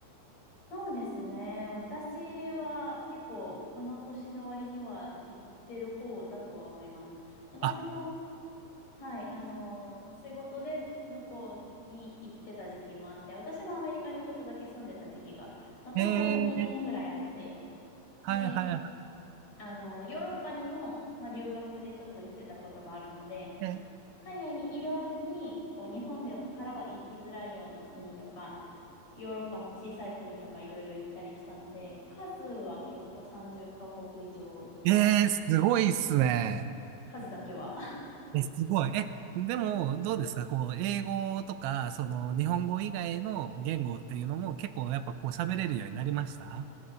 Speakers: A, on the left; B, on the right.
A: そうですね。私は結構この年の割には行ってる方だとは思います。私も
B: あ
A: はい、あの、仕事で向こうに行ってた時期もあって、私もアメリカにちょっとだけ住んでた時期が、まあ、トータル2年ぐらいあって、
B: ええはいはいは
A: で、あの、ヨーロッパにも、まあ、留学でちょっと行ってたことがあるので、
B: い。え
A: 海外にいる間に、こう、日本でからは行きづらいような国とか、ヨーロッパの小さい国とかいろいろ行ったりしたので、数は結構30カ国以上とか、
B: えええすごいっすね。
A: 数だけは
B: え、すごい。え、でも、どうですかこう、英語とか、その、日本語以外の言語っていうのも結構やっぱこう喋れるようになりました